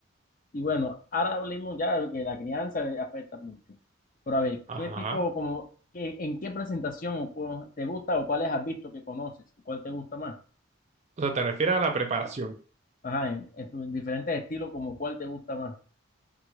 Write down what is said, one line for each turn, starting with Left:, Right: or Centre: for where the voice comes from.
Left: y bueno, ahora hablemos ya de que la crianza afecta mucho. Pero a ver,
Right: Ajá.
Left: ¿qué tipo, como, qué- en qué presentación o cu- te gusta o cuáles has visto que conoces? ¿Y ¿Cuál te gusta más?
Right: O sea, te refieres a la preparación.
Left: Ajá, en, en tus diferentes estilos, como cuál te gusta más.